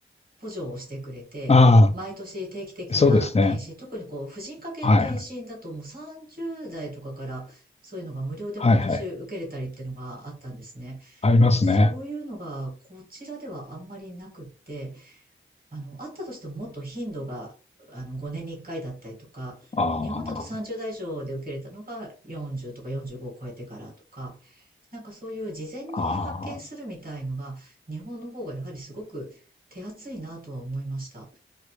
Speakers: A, on the right (about 45°); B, on the left (about 30°).
A: 補助をしてくれて、
B: あ
A: 毎年定期的な検診、
B: あ、そうですね。
A: 特にこう、婦人科系の検診だともう30代とかからそういうのが無料で毎年受けれたりっていうのがあったんですね。
B: はいはい。はいはい。ありますね。
A: もうそういうのがこちらではあんまりなくって、あの、あったとしてももっと頻度が、あの、5年に1回だったりとか、
B: あ
A: 日本だと30代以上で受けれたのが40とか45を超えてからとか、なんかそういう事前に発見するみたいのが、
B: あ、ああ、
A: 日本の方がやはりすごく手厚いなとは思いました。